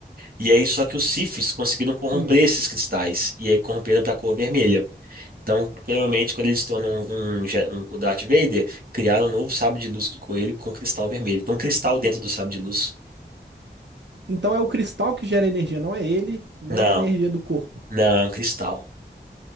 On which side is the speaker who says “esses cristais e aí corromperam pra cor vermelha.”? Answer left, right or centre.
Right